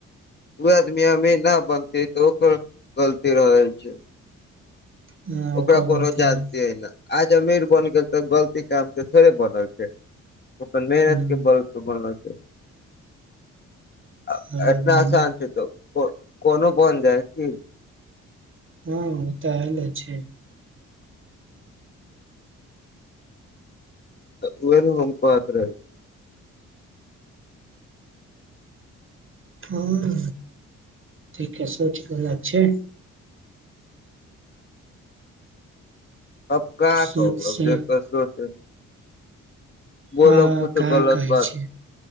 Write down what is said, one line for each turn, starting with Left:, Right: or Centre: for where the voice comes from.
Left: उ आदमी अमीर ना बनते त ओकर गलती रहै छै।
Right: हँ
Left: ओकरा
Right: ओकर
Left: कोनो
Right: गलती
Left: जानतिये
Right: रहल
Left: न। आज अमीर बन गेल ते गलती काम के थोड़े बनल छै। उ अपन मेहनत
Right: ना।
Left: के बल पे बनल छै। अ
Right: हाँ,
Left: एतना
Right: मेहनत
Left: असान छै त को कोनो बन जाय की।
Right: हां उ ते हेले छै।
Left: त उहे ने हम कहत रही।
Right: हां ठीके सोच गलत छै।
Left: अब का कहू
Right: सोच
Left: अब
Right: से
Left: जेकर सोच बोलब
Right: हँ
Left: कुछु
Right: का
Left: गलत
Right: कहै
Left: बात
Right: छै